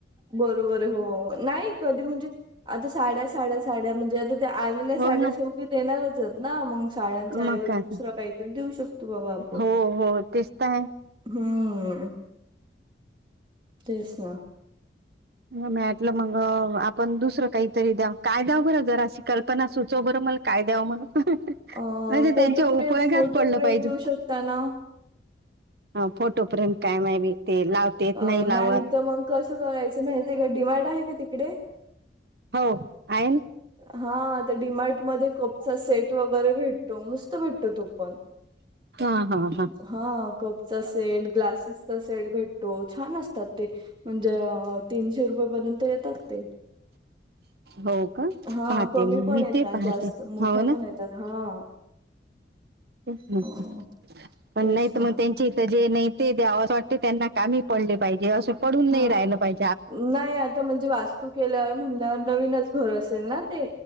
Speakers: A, on the right; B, on the right.
A: बरोबर हो नाही कधी म्हणजे आता साड्या साड्या साड्या म्हणजे आता ते <unintelligible> तिले
B: हो
A: साड्या
B: ना
A: शेवटी देणारच आहेत ना मंग साड्यांच्या
B: मग
A: ऐवजी
B: काय
A: दुसरा
B: तर.
A: काहीतरी देऊ शकतो बाबा आपण.
B: हो हो तेच तर आहे
A: हम्म तेच ना.
B: मग मॅटलं मग आप पण दुसरं काहीतरी द्याव काय द्याव बरं जराशी कल्पना सुचव बरं मला काय द्यावं म्हणून.
A: अ
B: म्हणजे
A: फोटो
B: त्यांच्या उपयोगात
A: फ्रेम फोटो
B: पडलं
A: फ्रेम
B: पाहिजे
A: देऊ शकता ना.
B: ह फोटो फ्रेम काय माय बी ते लावते येत
A: अ
B: नाही लावत.
A: तर मग कसं करायचं माहिती आहे काय, डिमार्ट आहे का तिकडे?
B: हो आहे ना
A: हा त्या डिमार्ट मध्ये कपचा सेट वगैरे भेटतो मस्त भेटतो तो पण.
B: हा हा हा.
A: हा कपचा सेट ग्लासेसचा सेट भेटतो छान असतात ते. म्हणजे अ तीनशे रुपये पर्यंत येतात ते.
B: हो का
A: हा
B: पाहते
A: कमी
B: मग
A: पण
B: मी
A: येतात
B: ते पाहते
A: जास्त मोठा
B: हो
A: पण येतात हा.
B: हम्म हम्म
A: अ,
B: हम्म पण
A: तेच
B: नाहीत
A: ना
B: मग त्यांच्या इथं जे नाही ते देवास वाटते त्यांना का माहित पडले पाहिजे असं पडून नाही
A: हा
B: राहिलं पाहि
A: नाही आता म्हणजे वास्तू केल्यावर म्हणल्यावर नवीनच घर असेल ना ते.